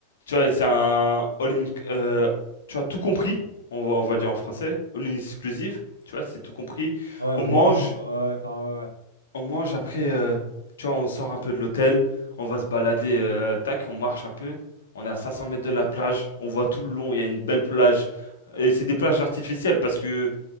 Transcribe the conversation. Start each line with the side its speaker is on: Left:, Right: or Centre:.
Left: tu vois, c'est un all-in, euh, tu vois, tout compris, on va, on va dire en français, all-in exclusive, tu vois, c'est tout compris.
Right: Ouais, all
Left: On mange,
Right: inclusive. Ouais, ouais, enfin, ouais, ouais.
Left: on mange après, euh, tu vois, on sort un peu de l'hôtel, on va se balader, euh, tac, on marche un peu, on est à 500 mètres de la plage, on voit tout le long, il y a une belle plage. Et c'est des plages artificielles parce que